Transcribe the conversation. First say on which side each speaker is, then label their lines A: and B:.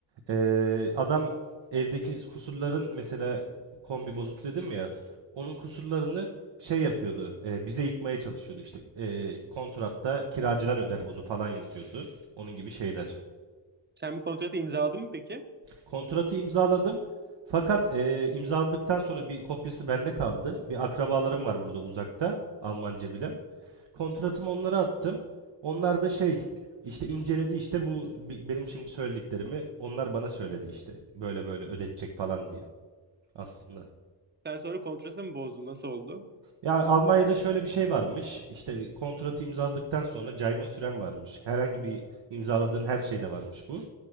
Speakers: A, on the right (about 65°); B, on the right (about 20°).
A: Ee, adam evdeki kusurların mesela kombi bozuk dedim ya onun kusurlarını şey yapıyordu e, bize yıkmaya çalışıyordu işte e, kontratta kiracılar öder bunu falan yazıyordu onun gibi şeyler.
B: Sen bu kontratı imzaladın mı peki?
A: Kontratı imzaladım fakat e, imzaladıktan sonra bir kopyası bende kaldı bir akrabalarım var burada uzakta Almanca bilen kontratımı onlara attım onlar da şey işte inceledi işte bu bi- benim şimdi söylediklerimi onlar bana söyledi işte böyle böyle ödetecek falan diye. aslında.
B: Sen sonra kontratı mı bozdun? Nasıl oldu?
A: Ya Almanya'da şöyle bir şey varmış. İşte kontratı imzaladıktan sonra cayma süren varmış. Herhangi bir imzaladığın her şeyde varmış bu.